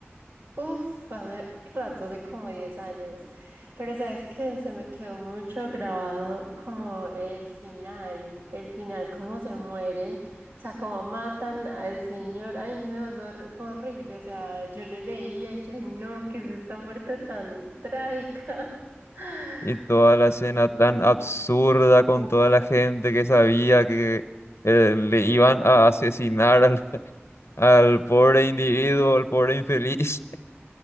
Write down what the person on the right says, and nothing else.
Uf, hace rato, hace como 10 años. Pero sabes que se me quedó mucho grabado como el final, el final, cómo se muere, o sea, cómo matan al señor. Ay, no, eso hor- fue horrible. O sea, yo le leía y yo, ay, no, qué es esta muerte tan trágica. <laughs>
Sí,
uf,